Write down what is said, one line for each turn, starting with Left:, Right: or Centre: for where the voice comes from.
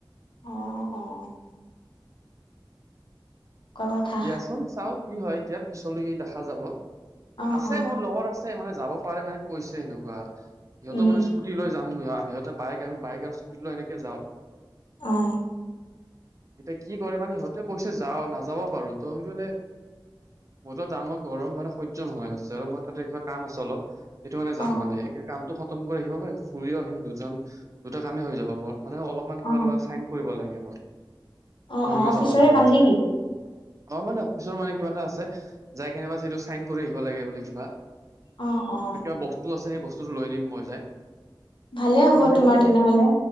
Left: অ'-অ'। কথা
Right: দিয়াচোন চাও কি হয় এতিয়া পিছলৈ দেখা যাব
Left: অ
Right: আছে
Left: অ
Right: মোৰ লগৰ আছে মানে যাব পাৰে মানে কৈছে সেনেকুৱা সিহঁতৰ
Left: উম
Right: মানে স্কুটি লৈ যাম অ সিহঁতে বাইক আ বাইক আৰু স্কুটিলৈ এনেকে যাওঁ।
Left: অ'।
Right: এতিয়া কি কৰে মানে সিহঁতে কৈছে যাও নাযাবও পাৰো ত' সেইটো মানে মোৰ ত' যাম অ ঘৰম মানে সহ্য নহয় আছে আৰু মোৰ তাতে কিবা কাম আছে অলপ। সেইটো মানে যাম
Left: অ অ
Right: মানে এতিয়া কামটো খতম কৰি আহিব পাৰিম ফুৰিও আহিম দুজন দুটা কামে হৈ যাব মোৰ। মানে অলপমান কিবা
Left: অ
Right: তোমাৰ চাইন কৰিব লাগে মোৰ,
Left: অ
Right: <unintelligible>
Left: অ অফিচৰে
Right: যাব লগা
Left: কাম
Right: হৈছে।
Left: নেকি
Right: অ', মানে অফিচৰ মানে কিবা এটা আছে যাই কেনেবা সেইটো চাইন কৰি আহিব লাগে বোলে কিবা।
Left: অ অ
Right: আৰু কিবা বস্তু আছে সেই বস্তুটো লৈ নিম মই যাই।
Left: ভালে হ'ব
Right: ত' সেইটো
Left: তোমাৰ তেনেহ'লে